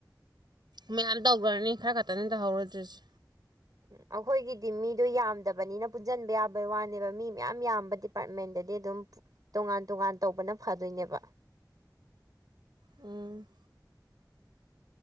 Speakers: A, on the right; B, on the right.
A: ꯃꯌꯥꯝ ꯇꯧꯒ꯭ꯔꯅꯤ ꯈꯔ ꯈꯇꯅꯤ ꯇꯧꯍꯧꯔꯣꯏꯗ꯭ꯔꯤꯁ
B: ꯎꯝ ꯑꯩꯈꯣꯏꯒꯤꯗꯤ ꯃꯤꯗꯣ ꯌꯥꯝꯗꯕꯅꯤꯅ ꯄꯨꯟꯁꯤꯟꯕ ꯌꯥꯕ ꯋꯥꯅꯦꯕ ꯃꯤ ꯃꯌꯥꯝ ꯌꯥꯝꯕ ꯗꯤꯄꯥꯔꯠꯃꯦꯟꯗꯗꯤ ꯑꯗꯨꯝ ꯇꯣꯉꯥꯟ ꯇꯣꯉꯥꯟ ꯇꯧꯕꯅ ꯐꯗꯣꯏꯅꯦꯕ
A: ꯎꯝ